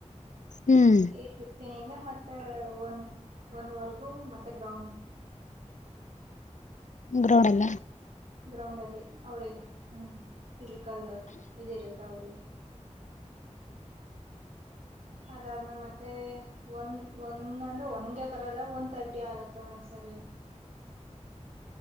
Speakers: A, on the left (about 80°); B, on the right (about 85°).
A: ಹ್ಮ್
B: ಏ ಫಿಫ್ಟೀನ್ಇಂದ ಮತ್ತ ಒನ್ ಒಂದವರೆಗೂ ಮತ್ತೆ ಗ್ರೌಂಡ್
A: ಗ್ರೌಂಡ್ ಅಲ್ಲ
B: ಗ್ರೌಂಡ್ ಅಲ್ಲಿ ಅವ್ರಿಗೆ ಹ್ಮ ಫಿಸಿಕಲ್ ಇದಿರುತ್ತೆ ಅವ್ರಿಗೆ
A: <inaudible>
B: ಅದಾದ್ಮೇಲೆ ಮತ್ತೆ ಒಂದ ಒಂದ ಅಂದ್ರೆ ಒಂದೇ ಬರಲ್ಲ ಒನ್ ತರ್ಟಿ ಆಗತ್ತು ಒಂದಸಲಿ